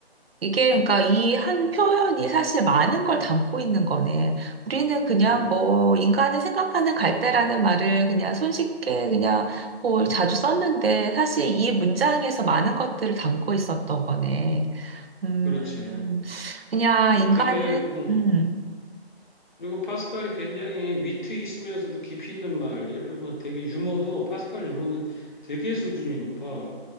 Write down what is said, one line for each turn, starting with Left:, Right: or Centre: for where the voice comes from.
Right: 이게 그러니까 이 한 표현이 사실 많은 걸 담고 있는 거네. 우리는 그냥
Left: 음,
Right: 뭐 인간이 생각하는 갈대라는 말을 그냥 손쉽게 그냥 뭐 자주 썼는데 사실 이 문장에서 많은 것들을 담고 있었던 거네. 음,
Left: 그렇지.
Right: 그냥
Left: 그리고
Right: 인간은
Left: 되게 음,
Right: 음,
Left: 그리고 파스칼이 굉장히 위트 있으면서도 깊이 있는 말. 예를 들면 되게 유머도 파스칼 유머는 되게 수준이 높아.